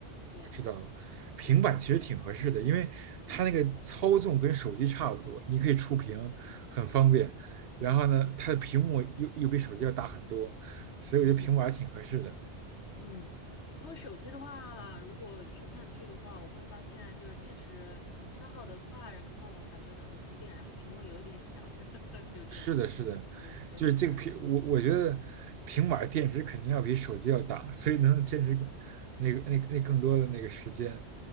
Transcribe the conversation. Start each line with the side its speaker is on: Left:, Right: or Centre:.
Left: 对
Right: 我知道了，平板其实挺合适的，
Left: 对，
Right: 因为它那个操纵跟手机差不多，你可以触屏，很方便。
Left: 嗯
Right: 然后呢，
Left: 嗯
Right: 它的屏幕又又比手机要大很多，所以我觉得平板挺合适的。
Left: 嗯嗯，因为手机的话，如果去看剧的话，我会发现就是电池消耗的快，然后我感觉懒得充电，然后屏幕有一点小，<laughs> 就这样，
Right: 是的，是的，
Left: 所以比较喜欢
Right: 就是这个屏，我我觉得平板电池肯定要比手机要大，所以能坚持更那个那个那更多的那个时间。